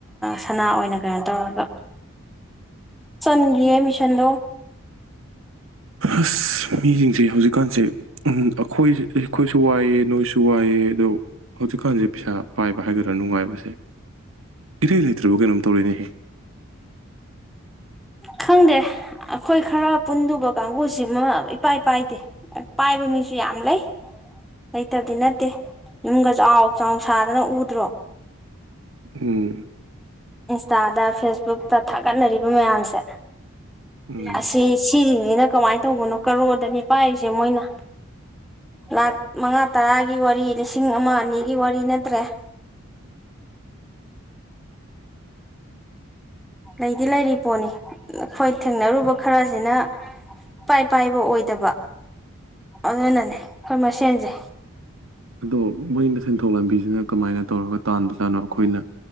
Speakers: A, in the centre; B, on the right.
A: ꯁꯅꯥ ꯑꯣꯏꯅ ꯀꯩꯅꯣ ꯇꯧꯔꯒ ꯆꯟꯒꯤꯌꯦ ꯑꯦꯗꯃꯤꯁꯟꯗꯣ꯫
B: ꯑꯁ ꯃꯤꯖꯤꯡꯖꯦ ꯍꯧꯖꯤꯛꯀꯥꯟꯖꯦ ꯑꯩꯈꯣꯏ ꯑꯩꯈꯣꯏꯁꯨ ꯋꯥꯏꯌ‌ꯦ ꯅꯣꯏꯁꯨ ꯋꯥꯏꯌ‌ꯦ ꯑꯗꯣ ꯍꯧꯖꯤꯛꯀꯥꯟꯁꯦ ꯄꯩꯁꯥ ꯄꯥꯏꯕ ꯍꯥꯏꯒꯗ꯭ꯔꯥ ꯅꯨꯡꯉꯥꯏꯕꯁꯦ ꯏꯔꯩ ꯂꯩꯇ꯭ꯔꯕ ꯀꯩꯅꯣꯝ ꯇꯧꯔꯦꯅꯦꯍꯦ꯫
A: ꯈꯪꯗꯦ ꯑꯩꯈꯣꯏ ꯈꯔ ꯄꯨꯟꯗꯧꯕ ꯀꯥꯡꯕꯨꯁꯤꯃ ꯏꯄꯥꯥꯏꯄꯥꯏꯗꯦ ꯄꯥꯏꯕ ꯃꯤꯁꯨ ꯌꯥꯝ ꯂꯩ ꯂꯩꯇꯕꯗꯤ ꯅꯠꯇꯦ ꯌꯨꯝꯒ ꯆꯥꯎ ꯆꯥꯎ ꯁꯥꯗꯅ ꯎꯗ꯭ꯔꯣ꯫
B: ꯎꯡ
A: ꯇꯥꯗꯥꯥ ꯐꯦꯁ ꯕꯨꯛꯇ ꯊꯥꯒꯠꯅꯔꯤꯕ ꯃꯌꯥꯝꯁꯦ꯫
B: ꯎꯝ
A: ꯑꯁꯤ ꯁꯤ <unintelligible> ꯀꯃꯥꯏꯅ ꯇꯧꯕꯅꯣ ꯀꯔꯣꯔꯗꯅꯤ ꯄꯥꯏꯔꯤꯖꯦ ꯃꯣꯏꯅ ꯂꯥꯛ ꯃꯉꯥ ꯇꯔꯥꯒꯤ ꯋꯥꯔꯤ ꯂꯤꯁꯤꯡ ꯑꯃ ꯑꯅꯤꯒꯤ ꯋꯥꯔꯤ ꯅꯠꯇ꯭ꯔꯦ꯫ ꯂꯩꯗꯤ ꯂꯩꯔꯤ ꯄꯣꯠꯅꯤ ꯑꯩꯈꯣꯏ ꯊꯦꯡꯅꯔꯨꯕ ꯈꯔꯖꯤꯅ ꯏꯄꯥꯏ ꯄꯥꯏꯕ ꯑꯣꯏꯗꯕ ꯑꯗꯨꯅꯅꯦ ꯑꯩꯈꯣꯏ ꯃꯁꯦꯟꯖꯦ꯫
B: ꯑꯗꯣ ꯃꯣꯏꯅ ꯁꯦꯟꯊꯣꯛ ꯂꯝꯕꯤꯖꯤꯅ ꯀꯃꯥꯏꯅ ꯇꯧꯔꯒ ꯇꯥꯟꯕꯖꯥꯠꯅꯣ ꯑꯩꯈꯣꯏꯅ